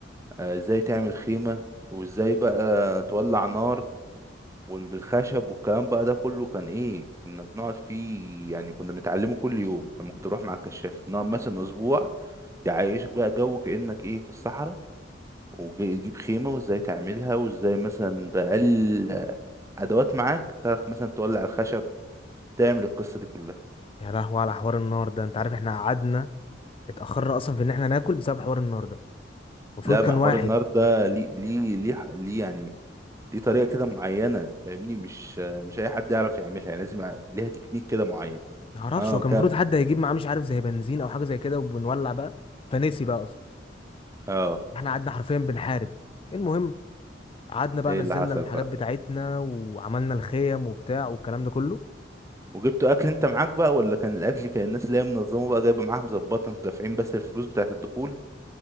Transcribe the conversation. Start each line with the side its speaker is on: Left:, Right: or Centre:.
Right: آه، ازاي تعمل خيمة وازاي بقى تولع نار والخشب والكلام بقى ده كله كان ايه كنا بنقعد فيه يعني كنا بنتعلمه كل يوم لما كنت بروح مع الكشاف نقعد مثلا اسبوع تعيشك بقى جو كأنك ايه في الصحراء وتجيب خيمة وازاي تعملها وازاي مثلا بأقل آه، ادوات معاك تعرف مثلا تولع الخشب تعمل القصة دي كلها
Left: يا لهوي على حوار النار ده انت عارف احنا قعدنا اتاخرنا اصلا في ان احنا ناكل بسبب حوار النار ده المفروض
Right: لا
Left: كان
Right: ما حوار
Left: واحد
Right: النار ده ليه ليه ليه ليه يعني دي طريقة كده معينة فاهمني مش مش أي حد يعرف يعملها يعني لازم يبقى ليها تكنيك كده معين
Left: معرفش
Right: اه
Left: هو كان
Right: كم
Left: المفروض حد هيجيب معاه مش عارف زي بنزين او حاجه زي كده وبنولع بقى فنسي بقى اصلا
Right: اه
Left: احنا قعدنا حرفيا بنحارب المهم قعدنا بقى
Right: ايه
Left: نزلنا
Right: اللي حصل
Left: الحاجات
Right: بقى
Left: بتاعتنا وعملنا الخيم وبتاع والكلام ده كله
Right: وجبتوا أكل أنت معاك بقى ولا كان الأكل كان الناس اللي هي منظمة بقى جايبة معاها مظبطة أنتوا دافعين بس الفلوس بتاعة الدخول